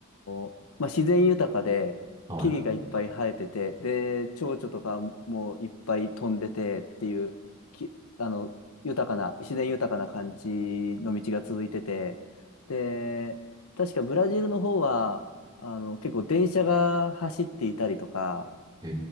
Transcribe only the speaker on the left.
ーまあ、自然豊かで、
木々がいっぱい生えてて、で、蝶々とかもいっぱい飛んでてっていう、き、あの、豊かな、自然豊かな感じの道が続いてて、で、確かブラジルの方は、あの、結構電車が走っていたりとか、